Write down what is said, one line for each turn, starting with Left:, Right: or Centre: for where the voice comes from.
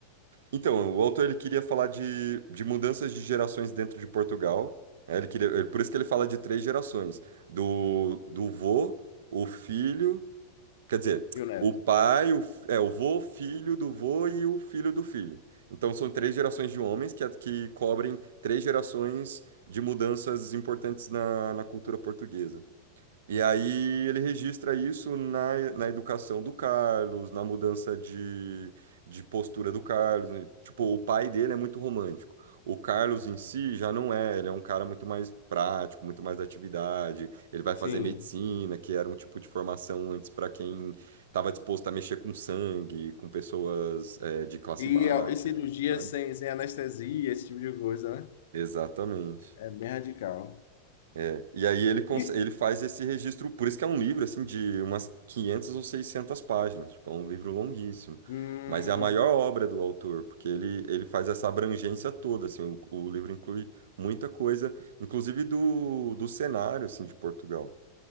Right: Então, o autor ele queria falar de, de mudanças de gerações dentro de Portugal. né? Ele queria, ele- por isso que ele fala de três gerações: do, do vô, o filho, quer dizer,
Left: E o Neto?
Right: o pai, o, fi- é, o vô, filho do vô e o filho do filho. Então, são três gerações de homens que, que cobrem três gerações de mudanças importantes na, na cultura portuguesa. E aí ele registra isso na, na educação do Carlos, na mudança de, de postura do Carlos. né? Tipo, o pai dele é muito romântico. O Carlos em si já não é, ele é um cara muito mais prático, muito mais da atividade. Ele vai
Left: Sim.
Right: fazer medicina, que era um tipo de formação antes para quem estava disposto a mexer com sangue, com pessoas, eh, de classe
Left: E,
Right: baixa,
Left: a- e cirurgia
Right: sabe?
Left: sem, sem anestesia, esse tipo de coisa, né?
Right: Exatamente.
Left: É bem radical.
Right: É, e aí ele, cons-
Left: E,
Right: ele faz esse registro, por isso que é um livro, assim, de umas 500 ou 600 páginas, tipo, é um livro longuíssimo,
Left: hum,
Right: mas é a maior obra do autor, porque ele, ele faz essa abrangência toda, assim, o, o livro inclui muita coisa, inclusive do, do cenário, assim, de Portugal.